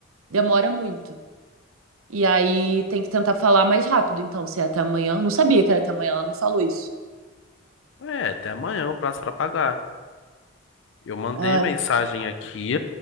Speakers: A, on the right (about 85°); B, on the left (about 65°).
A: demora muito. E aí tem que tentar falar mais rápido, então, se é até amanhã. Não sabia que era até amanhã, ela não falou isso.
B: é, até amanhã o prazo pra pagar. Eu mandei
A: Ai,
B: mensagem aqui,